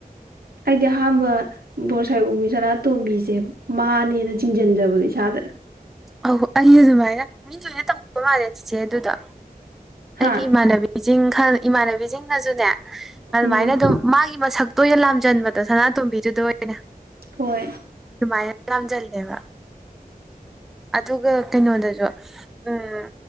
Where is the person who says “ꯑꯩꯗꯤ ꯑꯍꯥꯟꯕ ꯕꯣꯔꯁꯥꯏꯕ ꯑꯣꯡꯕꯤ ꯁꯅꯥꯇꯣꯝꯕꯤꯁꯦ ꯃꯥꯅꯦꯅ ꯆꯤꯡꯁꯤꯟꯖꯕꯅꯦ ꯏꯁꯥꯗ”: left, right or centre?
Right